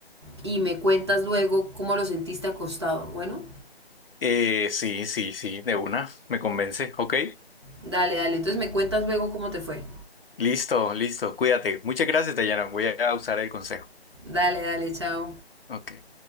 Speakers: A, on the right; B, on the left.
A: y me cuentas luego cómo lo sentiste acostado. Bueno,
B: Eh, sí, sí, sí, de una, me convence. Ok,
A: dale, dale. Entonces me cuentas luego cómo te fue.
B: listo, listo, cuídate. Muchas gracias, Dayana. Voy a usar el consejo.
A: Dale, dale, chao.
B: Ok.